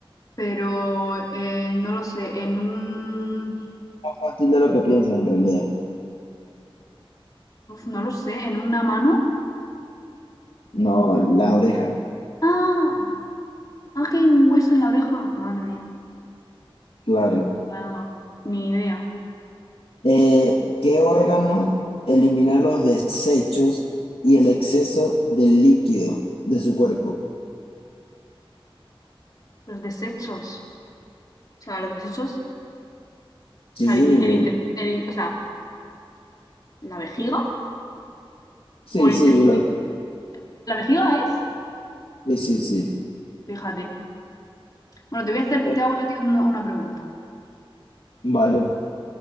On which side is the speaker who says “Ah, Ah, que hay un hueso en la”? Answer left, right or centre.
Left